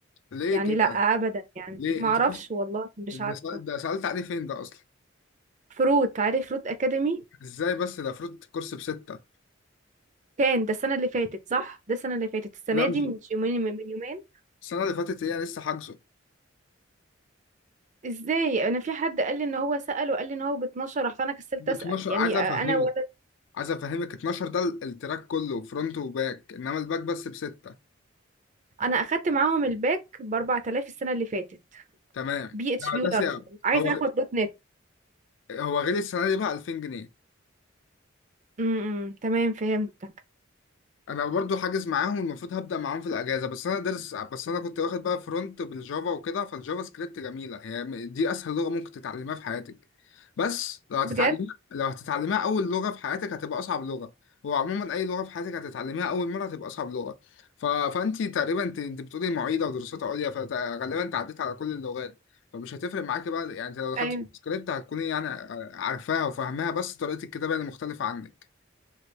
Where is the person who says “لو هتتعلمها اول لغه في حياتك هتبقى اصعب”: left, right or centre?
Left